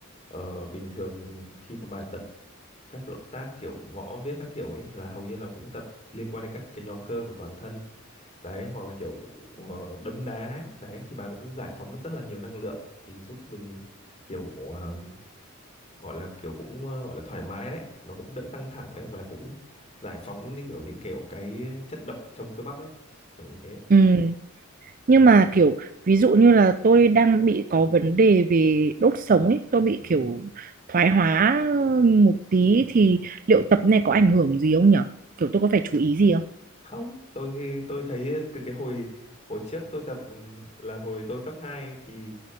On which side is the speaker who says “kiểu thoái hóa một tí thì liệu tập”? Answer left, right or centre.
Right